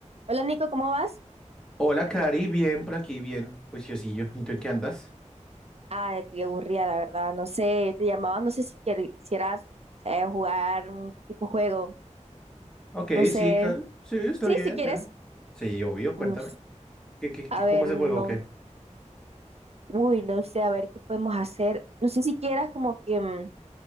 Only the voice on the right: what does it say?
Hola Nico, ¿cómo vas?
Ah, estoy aburrida, la verdad. No sé, te llamaba, no sé si quier- quisieras eh, jugar un tipo juego.
No sé.
Sí,
si quieres.
Mm,
A
ver,
no.
Uy, no sé, a ver qué podemos hacer. No sé si quieras como que mm,